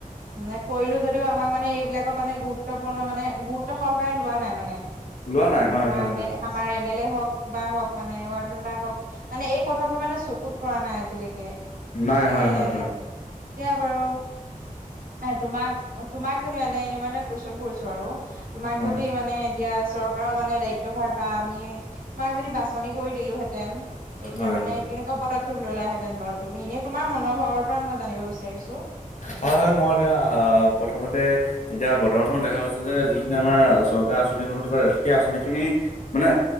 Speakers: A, on the right; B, on the left.
A: মানে কৰিলো যদিও আমাক মানে এইবিলাক, মানে গুৰুত্বপূৰ্ণ মানে গুৰুত্ব সহকাৰে লোৱা নাই মানে
B: লোৱা নাই হয়
A: ধৰা
B: হয় হয়
A: আমাৰ এম এল এ হক ক বা হক মানে ৱাৰ্ড মেম্বাৰ হওক, মানে এই কথাবোৰ মানে চকুত পৰা নাই আজিলৈকে।
B: নাই
A: তাকে
B: হয়
A: এতিয়া
B: হয় হয়
A: বাৰু তোমাক তোমাক যদি মানে এনে মই এটা কুৱেশ্বন কৰিছো আৰু তোমাক
B: হয়
A: যদি মানে, এতিয়া চৰকাৰৰ মানে দায়িত্ব ভাৰ বা আমি তোমাক যদি বাছনি কৰি দিলোহেঁতেন। তেতিয়া
B: হয়
A: মানে
B: হয়
A: কেনেকুৱা পদক্ষেপ ললাহেতেন বাৰু তুমি এনেই তোমাৰ মনোভাৱৰ পৰা মই জানিব বিচাৰিছো।
B: হয় হয় মই এতিয়া প্ৰথমতে, এতিয়া বৰ্তমান সময়ত দেখা গৈছে যে যিখিনি আমাৰ চৰকাৰে আঁচনি গ্ৰহণ কৰে সেই আঁচনি খিনি। মানে